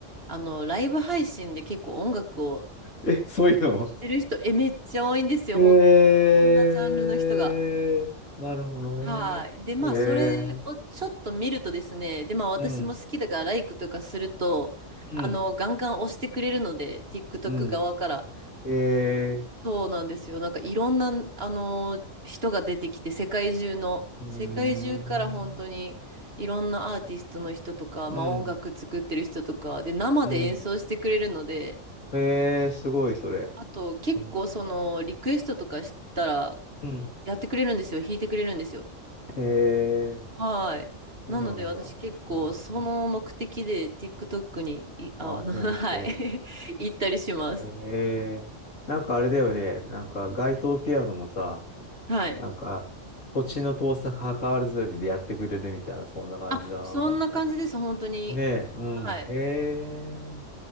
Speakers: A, on the right; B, on the left.
A: あの、ライブ配信で結構音楽を
B: え、そういうの
A: やってる人、え、めっちゃ多いんですよ、
B: えー、
A: ほん、こんなジャンルの人が。
B: なるほどね。
A: はい。で、まあ、
B: えー、
A: それをちょっと見るとですね、で、まあ、私も好きだから、
B: うん、
A: ライクとかすると、
B: うん、
A: あの、ガンガン押してくれるので、TikTok
B: うん。
A: 側から。
B: え
A: そうなんですよ。なんかいろんな、あの人が出てきて、世界中の、
B: ー、うーん、
A: 世界中から本当にいろんなアーティストの人とか、
B: うん、
A: まあ、音楽作ってる人とか、で、生で演奏してくれるので、
B: うん。えー、すごい、それ。
A: あと結構そのリクエストとかしたら
B: えー、うん。
A: やってくれるんですよ。弾いてくれるんですよ。
B: えー、
A: はい。なので私結構その目的で
B: そうなんだ。うん、
A: TikTok にい、あ、
B: あ、
A: あの、
B: ほんと。
A: <laughs> はい。<laughs> 行ったりします。
B: えー、なんかあれだよね。なんか、街頭ピアノもさ、
A: はい。
B: なんか、土地の遠さ関わらずでやってくれるみたいな、そんな感じだな、
A: あ、そんな感じです、
B: なんか。
A: 本当に。
B: ねえ、うん。
A: はい。
B: へえ、